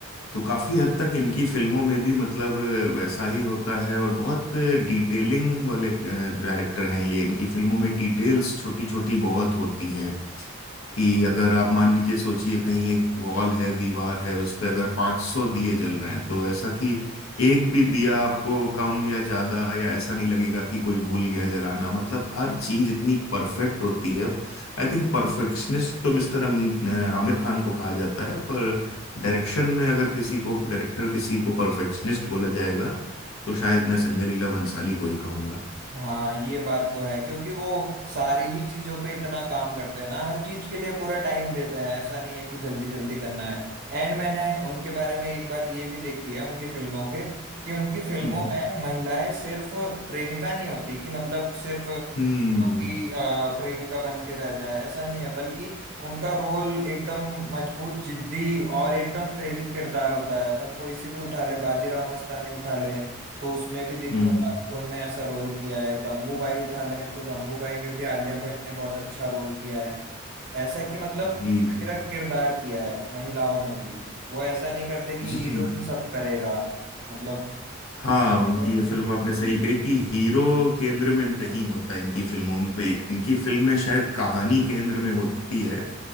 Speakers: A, on the left; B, on the right.
A: तो काफी हद तक इनकी फिल्मों में भी मतलब वैसा ही होता है और बहुत डिटेलिंग वाले डायरेक्टर हैं ये इनकी फिल्मों में डिटेल्स छोटी छोटी बहुत होती हैं कि अगर आप मान लीजिए सोचिए कहीं एक वॉल है दीवार है उस पे अगर 500 दिए जल रहे हैं तो ऐसा कि एक भी दिया आपको कम या ज्यादा या ऐसा नहीं लगेगा कि कोई भूल गया जलाना मतलब हर चीज इतनी परफेक्ट होती है आई थिंक परफेक्शनिस्ट तो मिस्टर आमिर खान को कहा जाता है पर डायरेक्शन में अगर किसी को डायरेक्टर किसी को परफेक्शनिस्ट बोला जाएगा तो शायद मैं संजय लीला भंसाली को ही कहूंगा
B: हाँ ये बात तो है क्योंकि वो सारी ही चीजों पे इतना काम करते हैं ना हर चीज के लिए पूरा टाइम देते हैं ऐसा नहीं है कि जल्दी जल्दी करना है एंड मैंने उनके बारे में एक बात ये भी देखी है उनकी फिल्मों के कि उनकी हम्म फिल्मों
A: हम्म
B: में महिलाएं सिर्फ प्रेमिका नहीं होती कि मतलब सिर्फ
A: हम्म
B: कि अ, प्रेमिका बन के रह जाए ऐसा नहीं है बल्कि उनका रोल एकदम मजबूत जिद्दी और एकदम प्रेरक किरदार होता है अपन कोई सी भी उठा ले बाजीराव मस्तानी उठा ले तो उसमें भी दीपिका
A: हम्म,
B: पादुकोण ने ऐसा रोल किया है गंगूबाई उठा ले तो गंगूबाई में भी आलिया भट्ट ने बहुत अच्छा रोल किया है ऐसा कि मतलब
A: जी
B: प्रेरक
A: जी
B: किरदार किया है महिलाओं ने भी वो ऐसा नहीं करते कि
A: जी
B: हीरो ही सब करेगा मतलब
A: हाँ उनकी
B: कोई
A: ये
B: नहीं
A: फिल्म
B: कि-
A: आपने सही कही कि हीरो केंद्र में नहीं होता इनकी फिल्मों में इनकी फिल्म में शायद कहानी केंद्र में होती है